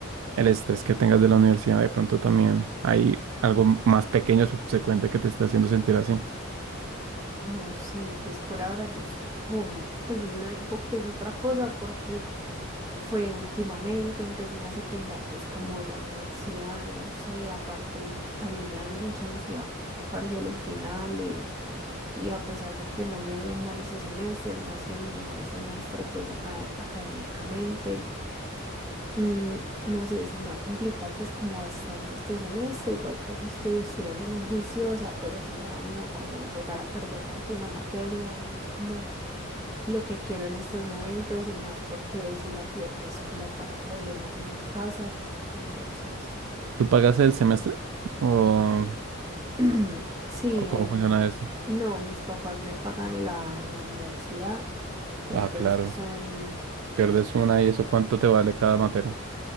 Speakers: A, on the right (about 70°); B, on the right (about 15°).
A: el estrés que tengas de la universidad, de pronto también hay algo más pequeño subsecuente que te está haciendo sentir así.
B: No sé, pues por ahora yo estoy como, mu- pues no digo que es otra cosa porque fue últimamente, entonces me hace pensar que es como la universidad, no sé, aparte a mí me dan mucha ansiedad parciales finales y a pesar de que no me ha ido mal ese semestre, no ha sido mi mejor semestre pues acá, académicamente. Mm, no sé, se me ha complicado pues como bastante este semestre, igual pues estoy estudiando muy juiciosa, pero sí me da miedo como llegar a perder alguna materia, no es como lo que quiero en estos momentos y más porque si la pierdo es como para problemas en mi casa, entonces
A: ¿Tú pagas el semestre? ¿O,
B: <clears throat> sí,
A: o cómo
B: en-
A: funciona eso?
B: no, mis papás me pagan la, la universidad, entonces
A: Ah, claro.
B: son...
A: Pierdes una y eso, ¿cuánto te vale cada materia?